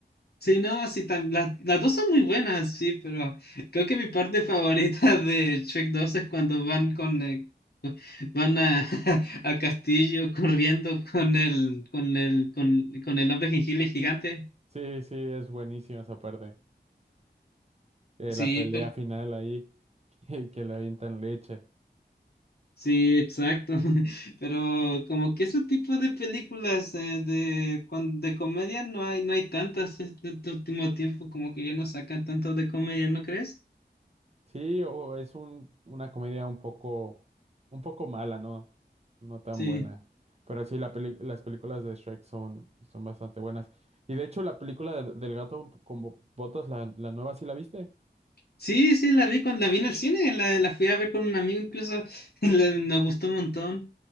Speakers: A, on the left (about 60°); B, on the right (about 35°).
A: Sí, no, sí, tam- la- las dos son muy buenas, sí, pero creo que mi parte <laughs> favorita de Shrek 2 es cuando van con eh, <laughs> cu- van a, <laughs> al castillo corriendo con el con el con, con el hombre jengibre gigante.
B: Sí, sí, es buenísima esa parte. Eh,
A: Sí,
B: la pelea
A: pero,
B: final ahí, <laughs> que que le avientan leche.
A: sí, exacto. <laughs> Pero como que ese tipo de películas eh, de cuan- de comedia no hay no hay tantas este este último tiempo como que ya no sacan tanto de comedia, ¿no crees?
B: Sí, o es un, una comedia un poco, un poco mala, ¿no? No tan
A: sí
B: buena. Pero sí, la peli- las películas de Shrek son, son bastante buenas. Y de hecho, la película de- del gato con bo- botas, la, la nueva, ¿sí la viste?
A: Sí, sí, la vi cuando la vi en el cine, la, la fui a ver con un amigo incluso, <laughs> la- nos gustó un montón.